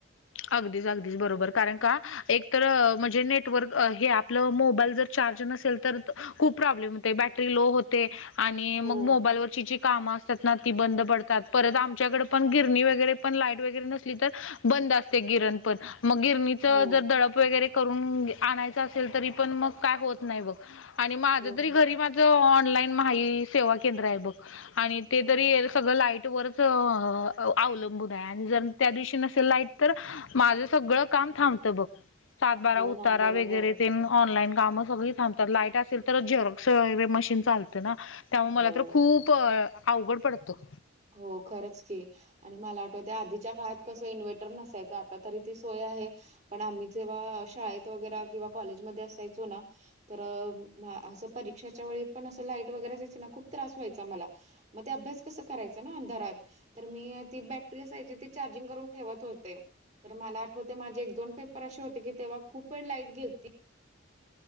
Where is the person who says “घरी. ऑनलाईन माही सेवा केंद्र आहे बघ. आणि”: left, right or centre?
Left